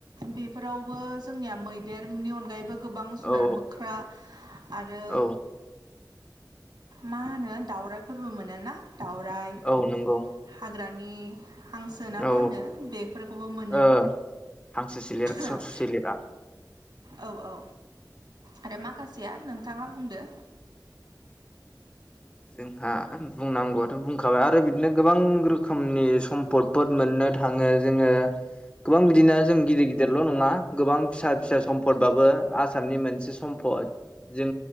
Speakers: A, on the right; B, on the left.
A: बेफोरावबो जोंनिया मैदेरनि अनगायैबो गोबां जुनार
B: औ
A: मोख्रा आरो
B: औ
A: मा होनो दाउरायफोरबो मोनोना दाउराय
B: औ नंगौ
A: हाग्रानि नि हांसोना
B: औ
A: मा होनो बेफोरखौबो मोनो
B: ओ हांसो सिलेर ससु
A: ओम
B: सिलेरा
A: औ औ आरो माखासेया नोंथाङा बुंदो
B: जों हा बुंनांगौआथ' बुंखाबाय आरो बिदिनो गोबां रोखोमनि सम्फदफोर मोननो थाङो जोङो गोबां बिदिनो जों गिदिरगिदिरल' नङा गोबां फिसा-फिसा सम्फदबाबो आसामनि मोनसे सम्फद म्पद जों